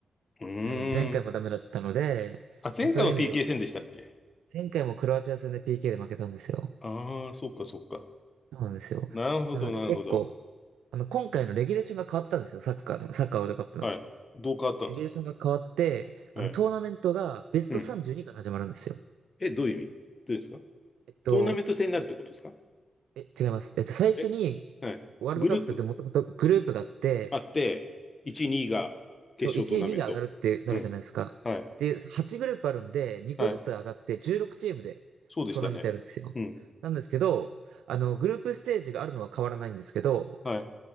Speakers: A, on the left; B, on the right.
A: うーん。
B: なので、前回もダメだったので、
A: あ、前回も
B: そういう意味で、
A: PK 戦でしたっけ
B: 前回もクロアチア戦で PK で負けたんですよ。
A: ああー、そっかそっか。
B: そうなんですよ。
A: なるほど、
B: なので、
A: なるほど。
B: 結構、あの、今回のレギュレーションが変わったんですよ。サッカーの、サッカーワールドカップの。
A: はい。どう変わったんですか
B: レギュレーションが変わって、あの、
A: はい。
B: トーナメントがベスト32から始まるんですよ。
A: うん。え、どういう意味どうですか
B: えっと、
A: トーナメント戦になるってことですか
B: え、違います。えっと、最初に、
A: えはい。
B: ワールドカップってもともとグループがあって、
A: グループあって、1、2が決勝トーナメント。
B: そう、1位、2位が上がるってなるじゃないですか。
A: うん。はい。
B: で、8グループあるんで、2個ずつ上がって16チームでトーナメントやるんですよ。
A: はい。そうでしたね。うん。
B: なんですけど、あの、グループステージがあるのは変わらないんですけど、
A: は